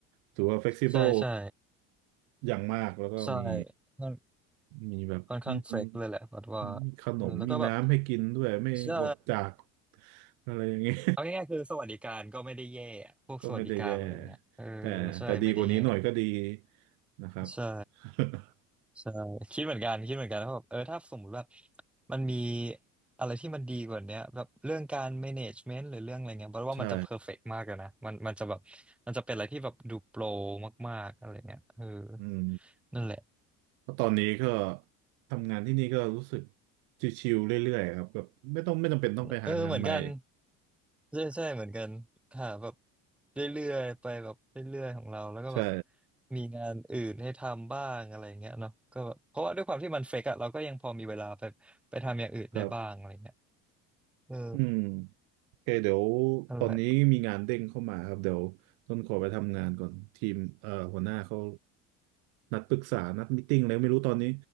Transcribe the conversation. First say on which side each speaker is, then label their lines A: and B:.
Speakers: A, on the right; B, in the centre.
A: ถือว่า f l e x i
B: ใช่ใช่
A: b l e อย่างมากแล้วก็มี
B: ใช่ค่อน
A: มีแบบอืม
B: ค่อนข้างเฟรกเลยแหละปัดว่า
A: มีขนมมีน้ำให้กินด้วยไม่อดจาก
B: เออแล้วก็แบบใช่
A: อะไรอย่างเงี้ย
B: เอาง่ายๆคือสวัสดิการก็ไม่ได้แย่อะพวกสวัสดิการอะไรเงี้ยเออ
A: ก็ไม่ได้แย่แต่แต่ดีกว่านี้หน่อยก็ดี
B: ใช่ไม่ได้แย่
A: นะครับ
B: ใช่
A: <laughs>
B: ใช่คิดเหมือนกันคิดเหมือนกันว่าแบบเออถ้าสมมติว่ามันมีอะไรที่มันดีกว่าเนี้ยแบบเรื่องการ management หรือเรื่องอะไรเงี้ยเพราะว่ามันจะ
A: ใช่
B: perfect มากเลยนะมันมันจะแบบมันจะเป็นอะไรที่แบบดูโปรมากๆอะไรเงี้ยเออ
A: อืม
B: นั่นแหละ
A: เพราะตอนนี้ก็ทำงานที่นี่ก็รู้สึกชิวๆเรื่อยๆครับแบบไม่ต้องไม่จำเป็นต้องไปหางานใหม่
B: เออเหมือนกันใช่ใช่เหมือนกันหาแบบเรื่อยๆไปแบบเรื่อยๆของเราแล้วก็แบบ
A: ใช่
B: มีงานอื่นให้ทำบ้างอะไรเงี้ยเนาะก็แบบเพราะว่าด้วยความที่มันเฟกอะเราก็ยังพอมีเวลาไปไปทำอย่างอื่นได้บ้างอะไรเงี้ย
A: ครับ
B: เออ
A: อืม โอเคเดี๋ยว
B: นั่นแหละ
A: ตอนนี้มีงานเด้งเข้ามาครับเดี๋ยวต้นขอไปทำงานก่อนทีมเอ่อหัวหน้าเขานัดปรึกษานัดมีตติ้งอะไรไม่รู้ตอนนี้